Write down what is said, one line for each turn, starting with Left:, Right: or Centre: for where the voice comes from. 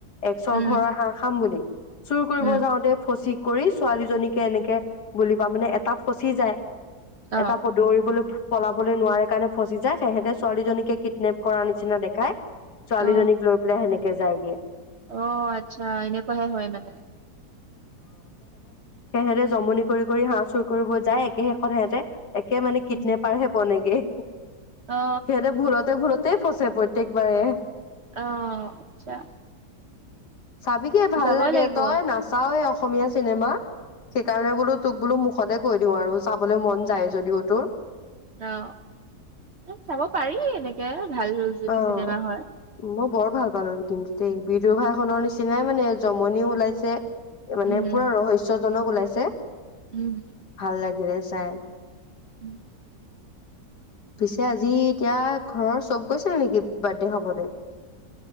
Left: একচৰ
Right: উম
Left: ঘৰৰ হাঁহ খাম বুলি, চুৰ কৰিব
Right: উম
Left: যাওঁতে ফচি কৰি ছোৱালীজনীকে এনেকে বুলি পা মানে এটা ফচি যায়।
Right: অ
Left: এটা প-দৌৰিবলৈ পলাবলৈ নোৱাৰে কাৰণে ফচি যায় সেহেতে ছোৱালীজনীকে কিডনেপ কৰাৰ নিচিনা দেখাই, ছোৱালীজনীক
Right: অ
Left: লৈ পেলাই সেনেকে যায়গে।
Right: অ' আচ্ছা এনেকুৱাহে হয় মানে।
Left: সেহেতে জমনি কৰি কৰি হাঁহ চুৰ কৰিব যায় একে শেষত সিহঁতে একে মানে কিটনেপাৰহে
Right: উম
Left: বনেগে।
Right: অ
Left: সিহঁতে ভুলতে ভুলতেই ফচে প্ৰত্যয়েকবাৰে।
Right: অ' আচ্ছা।
Left: চাবিগে ভাল
Right: যাবই
Left: লাগে,
Right: লাগিব
Left: তই নাচাৱে অসমীয়া চিনেমা সেইকাৰণে বোলো তোক বোলো মুখ সতে কৈ দিও আৰু চাবলৈ মন যায় যদিও তোৰ।
Right: অ, চাব পাৰি এনেকে ভাল যদি
Left: অ',
Right: চিনেমা হয়
Left: মই বৰ ভাল পালো কিন্তু দেই বিদুভাইখনৰ নিচিনাই মানে জমনিও ওলাইছে। মানে
Right: উম
Left: পুৰা ৰহস্যজনক ওলাইছে।
Right: উম,
Left: ভাল লাগিলে চাই।
Right: উম,
Left: পিছে আজি এতিয়া ঘৰৰ চব গৈছিল নেকি বাৰ্থডে খাবলৈ।